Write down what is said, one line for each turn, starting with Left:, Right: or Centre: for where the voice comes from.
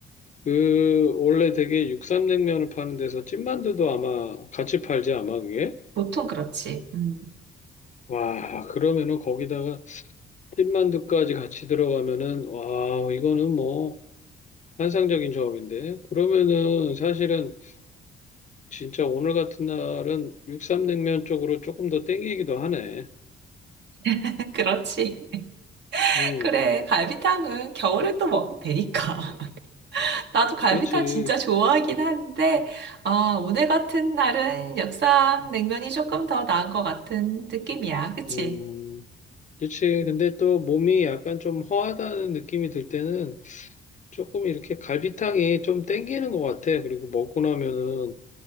Left: 그, 원래 되게 육삼냉면을 파는 데서 찐만두도 아마 같이 팔지, 아마 그게?
Right: 보통 그렇지. 음,
Left: 와, 그러면은 거기다가 찐만두까지 같이 들어가면은, 와, 이거는 뭐, 환상적인 조합인데. 그러면은 사실은 진짜 오늘 같은 날은 육삼냉면 쪽으로 조금 더 땡기기도 하네.
Right: <laughs> 그렇지. <laughs>
Left: 음.
Right: 그래. 갈비탕은 겨울에 또 먹으면 되니까. 나도 갈비탕
Left: 그렇지.
Right: 진짜 좋아하긴 한데, 아, 오늘 같은 날은 역삼 냉면이 조금 더 나은 것 같은 느낌이야. 그치?
Left: 음, 그렇지. 근데 또 몸이 약간 좀 허하다는 느낌이 들 때는 조금 이렇게 갈비탕이 좀 땡기는 것 같아. 그리고 먹고 나면은,